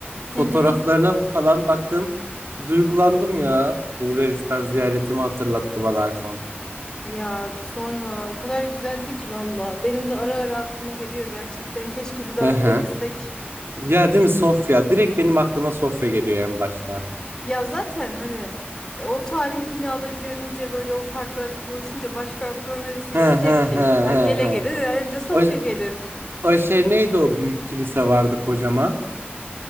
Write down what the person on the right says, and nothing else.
Fotoğraflarına
falan baktım. Bir duygulandım ya. Bulgaristan ziyaretimi hatırlattı bana iPhone.
Hı
hı. Ya değil mi Sofya? Direkt benim aklıma Sofya geliyor en başta.
He
he
he
he
he.
O,
o şey neydi o büyük kilise vardı kocaman?